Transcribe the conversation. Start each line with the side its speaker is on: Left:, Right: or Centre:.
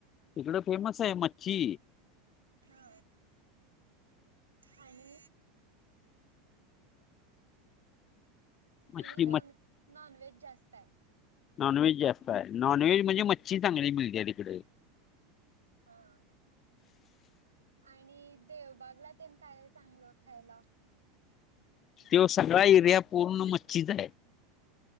Left: ईकड फेमस आहे मच्छी.
Right: हा आणि
Left: मच्छी
Right: आणि नॉन
Left: म
Right: नॉनव्हेज जास्त आहे.
Left: नॉनव्हेज जास्त आहे नॉनव्हेज म्हणजे मच्छी चांगली मिळत्या तिकडे.
Right: हा. आणि देवबागला तेन काये चांगलं खायला?
Left: त्यो सगळा एरिया पूर्ण मच्छीचां आहे.